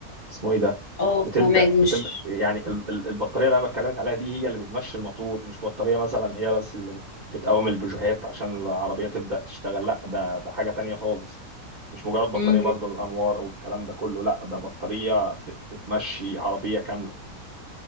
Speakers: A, on the right (about 40°); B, on the left (about 60°).
A: اسمه ايه ده
B: اه
A: بتبدأ
B: فهماك مش
A: بتبدأ يعني ال- ال- البطارية اللي انا بكلمك عليها دي هي اللي بتمشي الموتور مش بطارية مثلا هي بس اللي بتقوم البوجيهات عشان العربية تبدأ تشتغل لا ده ده حاجة تانية خالص مش مجرد بطارية
B: مهم.
A: برضو الأنوار والكلام ده كله لا ده بطارية بت- بتمشي عربية كاملة